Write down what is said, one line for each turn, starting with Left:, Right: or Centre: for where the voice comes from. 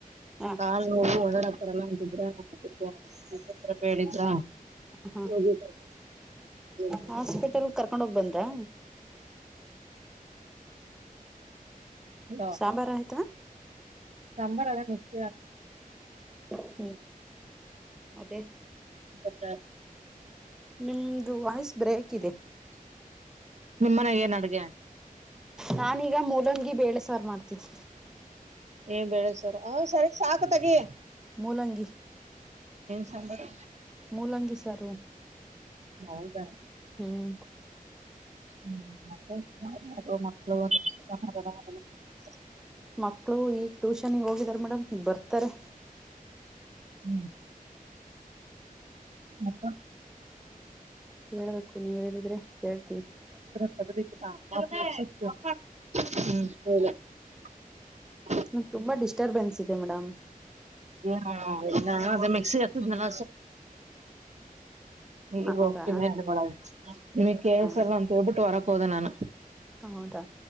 Centre: ಹ
Right: ಕಾಲು ನೋವು ಹೊಡಾಡೋಕೆ <unintelligible> ಹೇಳಿದ್ರ
Centre: ಹಾ
Right: ಹೋಗಿ ಕರ್ಕೊಂಡ್ ಬಂದ್ವಿ.
Centre: ಹಾಸ್ಪಿಟಲ್ ಕರ್ಕೊಂಡ ಹೋಗ್ ಬಂದ್ರಾ
Right: ಹಲೋ
Centre: ಸಾಂಬಾರ್ ಆಯ್ತಾ
Right: ಸಾಂಬಾರ್ ಅದೇ ಮಿಕ್ಸ್ ಗೆ
Centre: ಹ್ಮ್ ಅದೇ
Right: <inaudible>
Centre: ನಿಮ್ದು ವಾಯ್ಸ್ ಬ್ರೇಕ್ ಇದೆ
Right: ನಿಮ್ಮ ಮನೆಗೆ ಏನ್ ಅಡ್ಗೆ
Centre: ನಾನೀಗ ಮೂಲಂಗಿ ಬೇಳೆ ಸಾರು ಮಾಡ್ತೀನಿ
Right: ಏ ಬೇಳೆಸಾರು ಹ ಸರಿ ಸಾಕು ತೇಗಿ
Centre: ಮೂಲಂಗಿ
Right: ಸಾಂಬಾರ್
Centre: ಮೂಲಂಗಿ ಸಾರು
Right: ಹೌದಾ
Centre: ಹ್ಮ್.
Right: <unintelligible>
Centre: ಮಕ್ಕಳು ಈಗ ಟ್ಯೂಷನ್ಗ್ ಹೋಗಿದಾರ ಮೇಡಮ್ ಬರ್ತಾರೆ.
Right: ಹ್ಮ್. ಮತ್ತೆ.
Centre: ಹೇಳ್ಬೇಕು ನೀವ್ ಹೇಳಿದ್ರೆ ಕೇಳ್ತೀವಿ.
Right: <unintelligible>
Centre: ನನ್ಗೆ ತುಂಬಾ ಡಿಸ್ಟರ್ಬೆನ್ಸ್ ಇದೆ ಮೇಡಮ್.
Right: ಹಾ ಅ ಮಿಕ್ಸಿ ಹಚ್ಚುದ್ನಲ್ಲ ಈಗ ಹೋಗ್ತೀನೊಳಗ
Centre: ಹೌದಾ
Right: ನಿಮಗ್ ಕೇಳ್ಸಲ್ಲ
Centre: ಹೌದು
Right: ಅಂತ ಹೇಳ್ಬಿಟ್ಟು ಹೊರಕ್ ಹೋದೆ ನಾನು.
Centre: ಹೌದಾ